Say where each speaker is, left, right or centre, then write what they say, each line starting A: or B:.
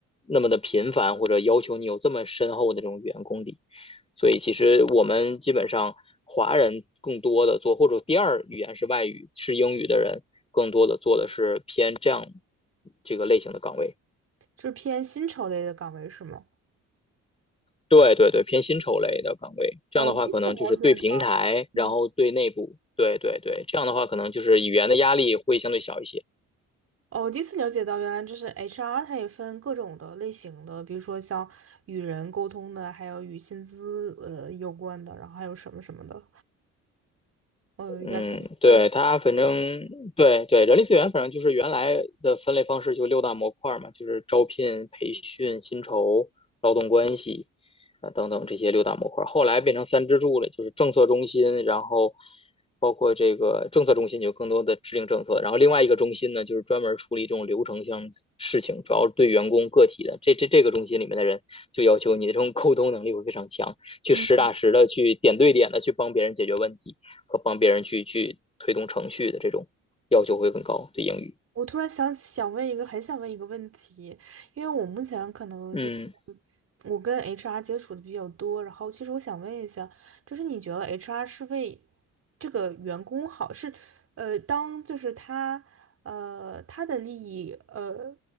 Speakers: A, on the left; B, on the right.
A: 那么的频繁，或者要求你有这么深厚的这种语言功底。所以其实我们基本上华人更多的做，或者第二语言是外语是英语的人，更多的做的是偏这样这个类型的岗位。
B: 就是偏薪酬类的岗位是吗？
A: 对对对，偏薪酬类的岗位。这样的话，
B: 哦，我第一次了解到，
A: 可能就是对平台，
B: 嗯，
A: 然后对内部，对对对，这样的话可能就是语言的压力会相对小一些。
B: 哦，我第一次了解到，原来就是 HR，它也分各种的类型的，比如说像与人沟通的，还有与薪资呃有关的，然后还有什么什么的，嗯，
A: 嗯，
B: 原来它是分
A: 对，它反正对对，人力资源反正就是原来的分类方式就六大模块嘛，就是招聘、培训、薪酬、劳动关系啊、呃等等这些六大模块后来变成三支柱了，就是政策中心，然后包括这个政策中心有更多的制定政策，然后另外一个中心呢，就是专门处理这种流程性事情，主要是对员工个体的。这这这个中心里面的人就要求你的这种沟通能力会非常强，去实打实的去点对点的去帮别人解决问题。
B: 嗯，
A: 和帮别人去去推动程序的这种要求会更高对英语。
B: 我突然想想问一个，很想问一个问题，因为我目前可能就是
A: 嗯
B: 我跟 HR 接触的比较多，然后其实我想问一下，就是你觉得 HR 是为这个员工好，是呃，当就是他呃他的利益，呃，